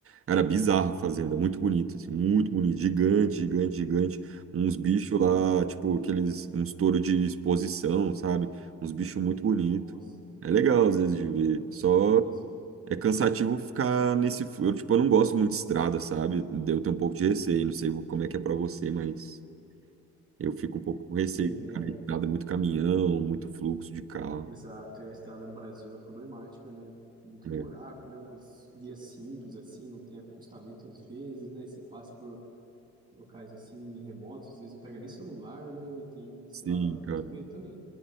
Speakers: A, on the right; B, on the right.
A: Era bizarra a fazenda, muito bonita, assim, muito bonita, gigante, gigante, gigante. Uns bichos
B: Sim,
A: lá, tipo, aqueles, uns touros de exposição, sabe? Uns bichos muito bonitos.
B: nossa,
A: É legal, às vezes, de ver. Só
B: olha isso.
A: é cansativo ficar nesse. flu- Eu, tipo, eu não gosto muito de estrada, sabe? Eu tenho um pouco de receio, não sei como é que é pra você, mas eu fico um pouco com receio
B: Sim,
A: de ficar
B: é,
A: na estrada, muito caminhão, muito fluxo de carro.
B: exato. é, a estrada no Brasil é problemática, né? Muito
A: É.
B: buraco, né? Umas vias simples assim, não tem acostamento às vezes, né? e Você passa por locais assim remotos, às vezes não pega nem celular, né? E tem, sei
A: Sim,
B: lá, eu
A: cara.
B: tenho medo também.